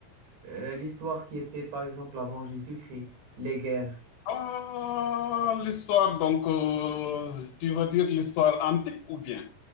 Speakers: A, on the right; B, on the left.
A: euh, l'histoire qui était, par exemple, avant Jésus-Christ, les guerres.
B: Ah, l'histoire, donc, euh, tu veux dire l'histoire antique ou bien